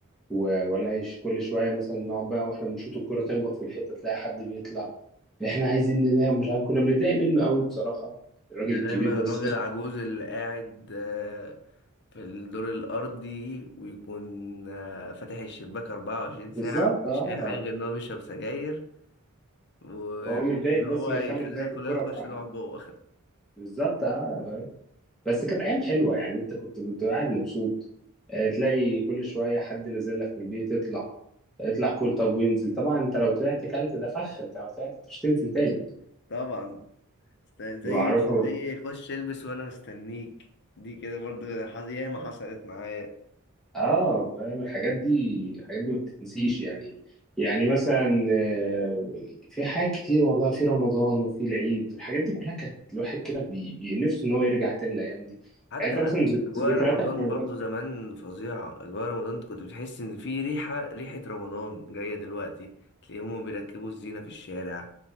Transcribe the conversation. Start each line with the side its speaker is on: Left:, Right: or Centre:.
Centre: و- والاقي ش- كل شويه مثلا نقعد بقى واحنا بنشوط الكوره تخبط في الحيطه تلاقي حد بيطلع احنا عايزين ننام مش عارف كنا بنتضايق منه قوي بصراحه الراجل
Left: ده
Centre: الكبير
Left: دايما
Centre: ده
Left: الراجل
Centre: بس
Left: العجوز اللي قاعد آه، في الدور الارضي ويكون آه، فاتح الشباك 24
Centre: بالظبط
Left: ساعه مفيش
Centre: اه
Left: اي حاجه غير ان هو بيشرب سجاير وان
Centre: هو متضايق بس
Left: هو
Centre: من
Left: يخلينا
Centre: خمس دقايق
Left: كلنا
Centre: الكوره
Left: نخش
Centre: بتاعنا
Left: نقعد جوه
Centre: بالظبط اه فاهم؟ بس كانت ايام حلوه يعني انت كنت بتبقى قاعد مبسوط آه، تلاقي كل شويه حد نازل لك من البيت اطلع اطلع كل طب وينزل طبعا انت لو طلعت كلت ده فخ انت لو طلعت مش تنزل تاني
Left: <laughs> طبعا است- زي
Centre: معروفه
Left: زي خش البس وانا مستنيك دي كده برضه حص- ياما حصلت معايا
Centre: اه فاهم الحاجات دي الحاجات دي ما بتتنسيش يعني يعني مثلا آه، في حاجات كتير والله في رمضان وفي العيد الحاجات دي كلها كانت الواحد كده بي- بي- نفسه ان هو يرجع تاني الايام دي
Left: حتى
Centre: يعني انت مثلا ذك-
Left: اجواء
Centre: ذكرياتك
Left: رمضان
Centre: في رمضان
Left: برضو زمان فظيعه اجواء رمضان كنت بتحس ان في ريحه ريحه رمضان جايه دلوقتي تلاقي هما بيركبوا الزينه في الشارع